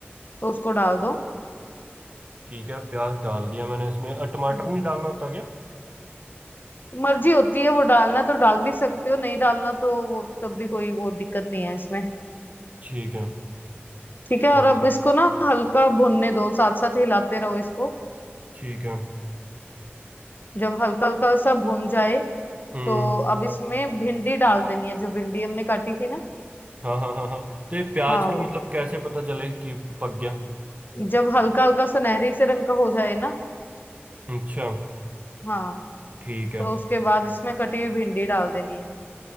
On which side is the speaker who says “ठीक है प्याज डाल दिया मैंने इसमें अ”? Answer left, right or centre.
Right